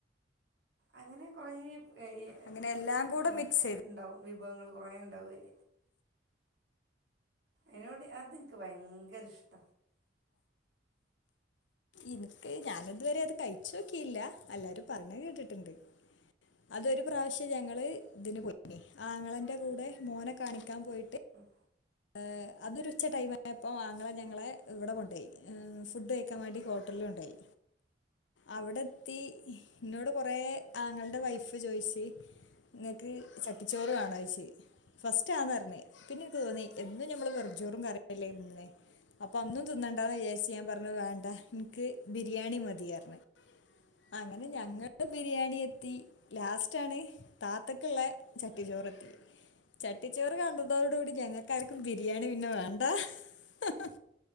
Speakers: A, on the right; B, on the left.
A: അങ്ങനെ കൊറേ <unintelligible>
B: അങ്ങനെ എല്ലാം കൂടെ മിക്സ് ചെയ്ത്
A: ഉണ്ടാവും വിഭവങ്ങൾ കുറെേ ഉണ്ടാവയ്ൽ ഐനോട് അതെനിക്ക് ഭയങ്കര ഇഷ്ട
B: എനിക്ക് ഞാാന ഇതുവരെ അത് കഴിചോക്കില്ല എല്ലാരും പറഞ്ഞ കേട്ടിട്ടുണ്ട് അതൊരു പ്രാവശ്യം ഞങ്ങള് ഇതിന് പോ ആങ്ങളന്റെ കൂടെ മോനെ കാണിക്കാൻ പോയിട്ട്
A: ഉം
B: ആഹ്‌ അതൊരു ഉച്ച ടൈം ആയപ്പോ ആങ്ങളെ ഞങ്ങളെ ഇവിടെ കൊണ്ട പോയി ഫുഡ് കഴിക്കാൻ വേണ്ടി ഹോട്ടലോണ്ടോയി അവടെ എത്തി ന്നോട് കൊറെ ആങ്ങൾടെ വൈഫ് ചോയിച്ച് നിങ്ങക്ക് ചട്ടിച്ചോറ് വേണോ ചോയ്ച്ച് ഫസ്റ്റ് അതാർന്നേ പിന്നെ എനിക്ക് തോന്നി എന്നും ഞമ്മള് വെറും ചോറും കറിയല്ലേ തിന്ന്ണെ അപ്പൊ അന്നും തിന്നണ്ടന്ന് വെച്ച് ഞാൻ പറഞ്ഞു വേണ്ട എനിക്ക് ബിരിയാണി മതിയാരുന്നു അങ്ങനെ
A: ഇഷ്ടമാണ്
B: ഞങ്ങക്ക് - ബിരിയാണി എത്തി ലാസ്റ്റ് ആണ് താത്തക്കുള്ള ചട്ടി ചോറ് എത്തിയത് ചട്ടിച്ചോറ് കണ്ടതോടുകൂടി ഞങ്ങക്കായിരിക്കും ബിരിയാണി പിന്നെ വേണ്ട ഹഹഹ